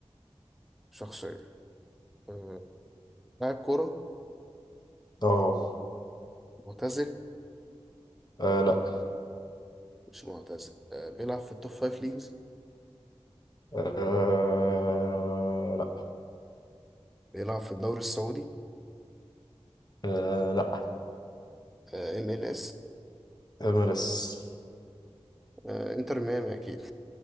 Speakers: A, in the centre; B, on the left.
A: شخصيه آه، لاعب كورة
B: اه
A: معتزل
B: آه، لا
A: مش معتزل آه، بيلعب في التوب فايف ليجز
B: أه لا
A: بيلعب في الدوري السعودي
B: أه لا
A: ام ال اس
B: إمارس
A: انتر ميامي اكيد